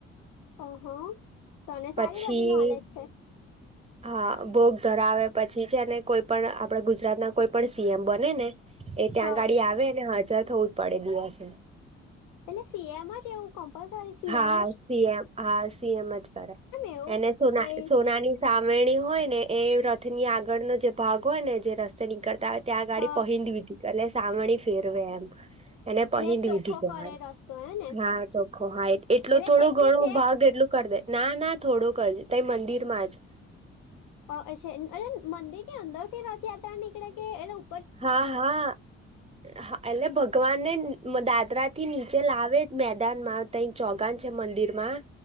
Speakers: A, on the left (about 65°); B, on the right (about 15°).
A: ઓહો તને
B: પછી
A: સારી બધી નોલેજ છે.
B: હા ભોગ ધરાવે પછી તે છેને કોઈ પણ આપડા ગુજરાત ના કોઈ પણ સી એમ બને ને એ ત્યાં
A: હા
B: ગાડી આવે ને હાજર થવું જ પડે દિવસે.
A: એટલે સી એમ અજ એવું કમ્પલસરી સી
B: હા
A: એમ અજ?
B: સીએમ હા, સી એમ અજ કરે
A: એવું
B: એને સોના
A: કઈ
B: સોનાની સાવરણી હોય ને એ રથની આગળનો જે ભાગ હોય ને જે રસ્તે નીકળતા હોય ત્યાં ગાડી
A: હા
B: પહંદવી હતી એલે સાવેણી ફેરવે એમ. એને પહેન્દ
A: એટલે ચોખ્ખો
B: વિધી કેવાય.
A: કરે રસ્તો હે ને
B: હા ચો ખો હાઈટ એટલો
A: એટલે
B: થોડો
A: છેક
B: ઘણો
A: થી છેક
B: ભાગ એટલું કરી દે ના ના થોડુંક જ તએ મંદિરમાં જ.
A: અહ અચ્છા એલે મંદિર ની અંદર થી રથયાત્રા નીકળે કે એલું
B: હા હા હા એટલે ભગવાનને દાદરા થી નીચે લાવે જ મેદાનમાં તઈ ચોગાન છે મંદિર માં